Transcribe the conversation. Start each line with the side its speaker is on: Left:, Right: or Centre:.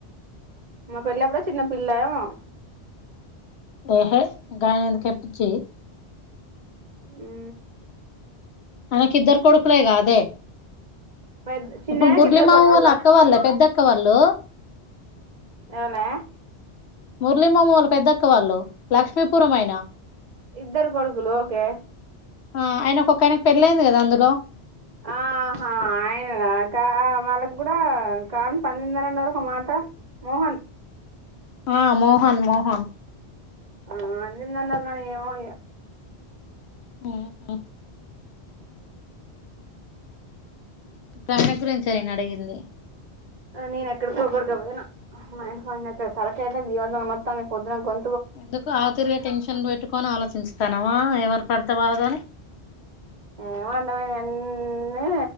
Right: మా పెళ్ళప్పుడే చిన్న పిల్ల ఏమో
Left: ఏహే ఇంకాగాయన ఎందుకేప్పిచ్చి
Right: మ్
Left: అయన కిద్దరు కొడుకులేగా అదే
Right: పెద్ద చిన్నాయనకి
Left: ఇప్పుడు ముురళిమామ
Right: ఇద్దరు కొడుకులు
Left: వాళ్ళ అక్కవాళ్ళ పెద్దక్కవా లో
Right: అవునా
Left: మురళి మామ వాళ్ళ పెద్దక్క వాళ్ళు లక్ష్మీపురం అయనా
Right: ఇద్దరు కొడుకులు ఓకే
Left: ఆ ఆయన ఒక్కొక్క ఆయనకి పెళ్ళయింది గదా అందులో
Right: ఆహ ఆయన కా వాళ్ళక్కూడా కానీ పందిందని అన్నారు ఒక మాట మోహన్
Left: ఆ మోహన్ మోహన్
Right: ఆ అందన్నరు గాని ఏమో ఇగ
Left: ఆ హ గ <unintelligible> గురించి అయినా అడిగింది
Right: నేనెక్కడికోక్కడికి పోయినా మా ఆయన ఫోన్ చేత్తాడు తలకాయంతా భీభసంగా నొస్తాంది పొద్దున గొం
Left: ఎందుకు ఆతుర్య టెన్షన్ పెట్టు కొని ఆలోచించుతన్నావా ఎవరు పడితే వాళ్ళదని
Right: ఏమడైడమైన అన్నీ